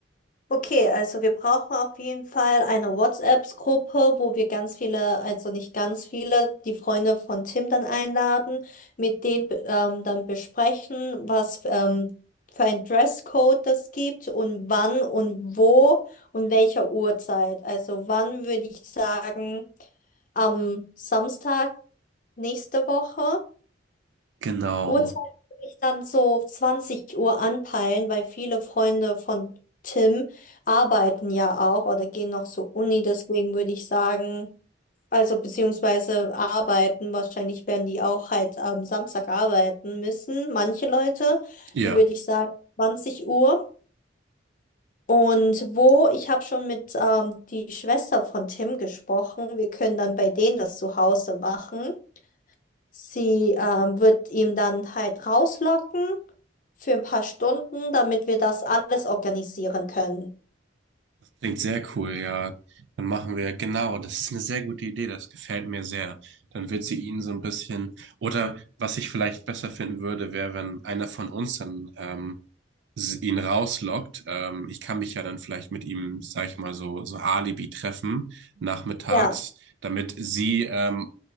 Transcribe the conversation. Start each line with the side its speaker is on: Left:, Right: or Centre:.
Left: Okay, also wir brauchen auf jeden Fall eine WhatsApp-Gruppe, wo wir ganz viele, also nicht ganz viele, die Freunde von Tim dann einladen, mit denen ähm, dann besprechen, was ähm, für ein Dresscode das gibt und wann und wo und welcher Uhrzeit. Also wann würde ich sagen, am Samstag nächste Woche.
Right: Genau.
Left: Uhrzeit würde ich dann so 20 Uhr anpeilen, weil viele Freunde von Tim arbeiten ja auch oder gehen noch zur Uni, deswegen würde ich sagen, also beziehungsweise arbeiten, wahrscheinlich werden die auch halt am Samstag arbeiten müssen, manche Leute,
Right: Ja.
Left: dann würde ich sagen 20 Uhr. Und wo, ich habe schon mit ähm, die Schwester von Tim gesprochen, wir können dann bei denen das zu Hause machen. Sie ähm, wird ihn dann halt rauslocken für ein paar Stunden, damit wir das alles organisieren können.
Right: Klingt sehr cool, ja. Dann machen wir, genau, das ist eine sehr gute Idee, das gefällt mir sehr. Dann wird sie ihn so ein bisschen, oder was ich vielleicht besser finden würde, wäre, wenn einer von uns dann ähm, s- ihn rauslockt. Ähm, ich kann mich ja dann vielleicht mit ihm, sag ich mal, so, so Alibi treffen, nachmittags,
Left: Ja,
Right: damit sie ähm,